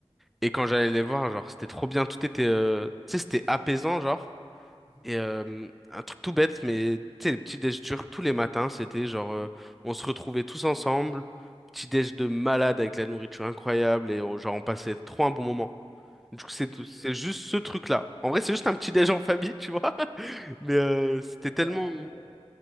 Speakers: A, in the centre; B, on the left.
A: Et quand
B: D'accord.
A: j'allais les voir, genre, c'était trop bien, tout était, euh, tu sais, c'était apaisant, genre.
B: Mhm.
A: Et euh, un truc tout bête, mais tu sais, les petits déj turcs tous les matins, c'était genre, euh, on se retrouvait tous ensemble, petit déj de malade avec la nourriture incroyable, et on- genre, on passait trop un bon moment. Du coup, c'est
B: Donc,
A: tout- c'est
B: euh,
A: juste ce truc-là. En vrai, c'est juste un petit déj en famille, tu vois. <laughs> Mais euh, c'était tellement...
B: et après,